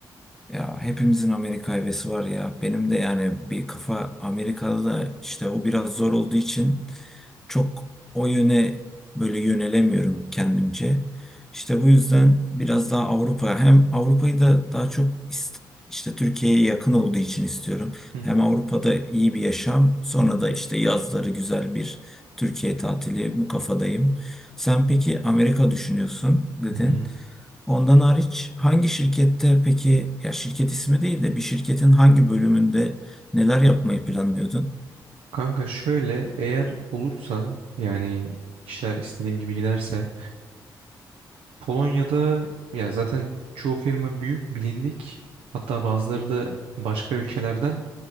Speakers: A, in the centre; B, on the right.
A: Ya hepimizin Amerika hevesi var ya. Benim de yani bir kafa Amerika'da işte o biraz zor olduğu için çok o yöne böyle yönelemiyorum kendimce. İşte bu yüzden biraz daha Avrupa hem Avrupa'yı da daha çok ist- işte Türkiye'ye yakın olduğu için istiyorum.
B: Hı
A: Hem
B: hı.
A: Avrupa'da iyi bir yaşam sonra da işte yazları güzel bir Türkiye tatili bu kafadayım. Sen peki Amerika düşünüyorsun dedin.
B: Hı hı.
A: Ondan hariç hangi şirkette peki ya şirket ismi değil de bir şirketin hangi bölümünde neler yapmayı planlıyordun?
B: Kanka şöyle eğer olursa yani işler istediğim gibi giderse Polonya'da ya zaten çoğu firma büyük, bilindik. Hatta bazıları da başka ülkelerden